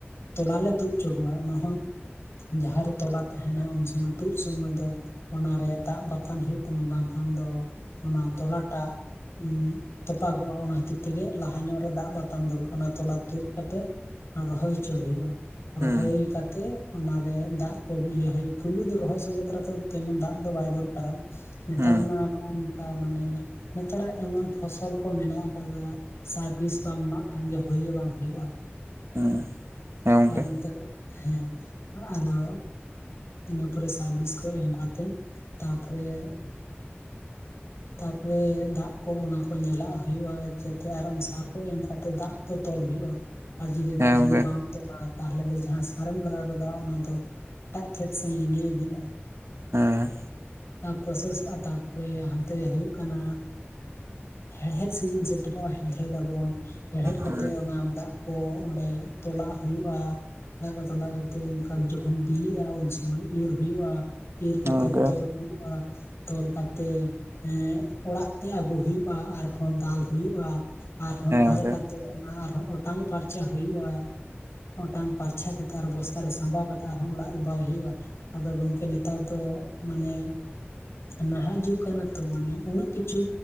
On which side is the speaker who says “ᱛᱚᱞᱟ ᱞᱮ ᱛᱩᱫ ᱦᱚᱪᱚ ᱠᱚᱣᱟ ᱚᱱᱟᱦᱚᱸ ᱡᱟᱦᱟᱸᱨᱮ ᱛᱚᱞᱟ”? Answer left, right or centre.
Left